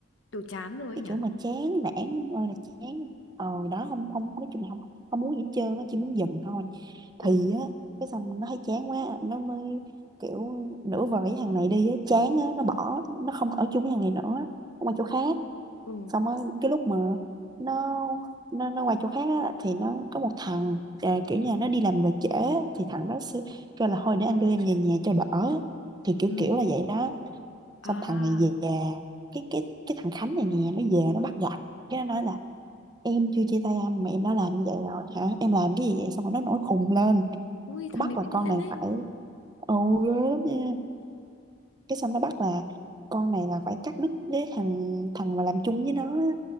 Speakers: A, on the left; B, on the right.
A: kiểu chán rồi
B: cái
A: ấy nhỉ?
B: kiểu mà chán nản ơi là chán ờ đó không không nói chung là không không muốn gì hết trơn á chỉ muốn dừng thôi thì
A: ừ
B: á cái xong nó thấy chán quá nó mới kiểu nửa vời với thằng này đi á chán á nó bỏ nó không ở chung với thằng này nữa nó qua chỗ khác
A: ừ
B: xong á cái lúc mà nó nó nó qua chỗ khác á, thì nó có một thằng à, kiểu như là nó đi làm về trễ á, thì thằng đó sẽ kêu là thôi để anh đưa em về nhà cho đỡ thì kiểu
A: Ừ.
B: kiểu là vậy đó
A: À,
B: xong thằng này về cái cái cái thằng Khánh này nè nó về nó bắt gặp cái nó nói là em chưa chia tay anh mà em đã làm như vậy rồi hả em làm cái gì vậy xong rồi nó nổi khùng lên
A: ui, thằng
B: nó bắt
A: này
B: là
A: bị
B: con
A: điên
B: này
A: ấy.
B: phải ồ ghê lắm nha cái xong nó bắt là con này là phải cắt đứt với thằng thằng mà làm chung với nó á